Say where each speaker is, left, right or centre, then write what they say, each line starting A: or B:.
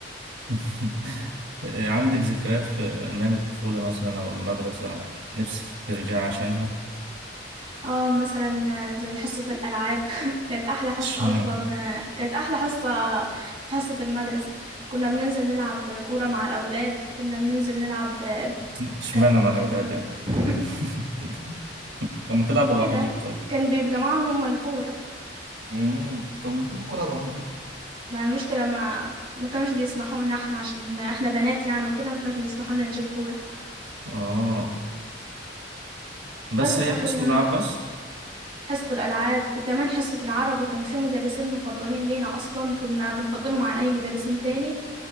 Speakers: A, on the right; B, on the right.
A: <laughs> عندك ذكريات في أيام الطفولة مثلا أو المدرسة نفسك ترجع عشانها؟
B: اه مثلا زي حصة الألعاب <laughs> كانت أحلى حصة
A: اشمعنى
B: أصلا كانت أحلى حصة في حصة المدرسة كنا بننزل نلعب كورة مع الأولاد كنا بننزل نلعب
A: اشمعنى
B: كان
A: مع الأولاد
B: كان في
A: يعني؟
B: <laughs>
A: <laughs> طب ما تلعب لوحديك
B: كده
A: طيب
B: كان بيجمعهم هم الكورة
A: امم طب ما تجيب الكرة لوحدي
B: ما المشكلة ما ما كانوش بيسمحوا لنا احنا عشان احنا بنات يعني وكده ما كانوش بيسمحوا لنا نجيب كورة
A: آه بس
B: بس فكنا
A: هي حصة اللعب بس؟
B: حصة الألعاب كمان حصة العربي كان في مدرسين مفضلين لينا أصلا كنا بنفضلهم عن أي مدرسين تاني